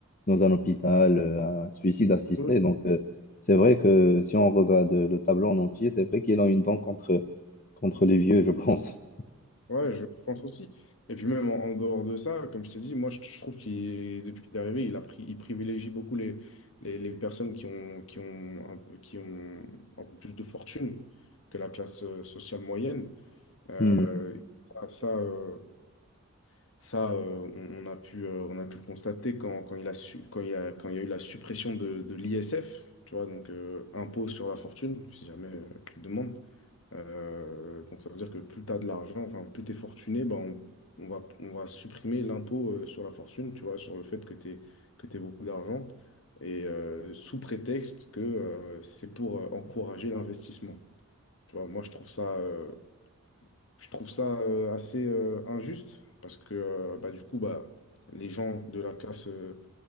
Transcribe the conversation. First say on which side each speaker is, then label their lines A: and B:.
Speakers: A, on the left; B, on the left.
A: dans un hôpital, euh, un suicide assisté.
B: eux,
A: Donc, euh, c'est vrai que si on regarde le tableau en entier, c'est vrai qu'il a une dent contre, contre les vieux, je pense.
B: Ouais, je pense aussi. Et puis même en, en dehors de ça, comme je t'ai dit, moi je, je trouve qu'il, depuis qu'il est arrivé, il a pris, il privilégie beaucoup les, les, les personnes qui ont, qui ont un, peu- qui ont un peu plus de fortune que la classe euh, sociale moyenne. Euh,
A: <laughs> Hmm.
B: ça, ça, euh, ça, euh, on, on a pu, euh, on a pu le constater quand, quand il a su, quand il y a, quand il y a eu la suppression de, de l'ISF, tu vois, donc euh, impôt sur la fortune, si jamais euh, tu le demandes. Euh, donc ça veut dire que plus tu as de l'argent, enfin plus tu es fortuné, ben on, on va, on va supprimer l'impôt euh, sur la fortune, tu vois, sur le fait que tu aies, que t'aies beaucoup d'argent, et euh, sous prétexte que euh, c'est pour euh, encourager l'investissement. Tu vois, moi je trouve ça, euh, je trouve ça euh, assez euh, injuste, parce que euh, bah, du coup, bah, les gens de la classe euh,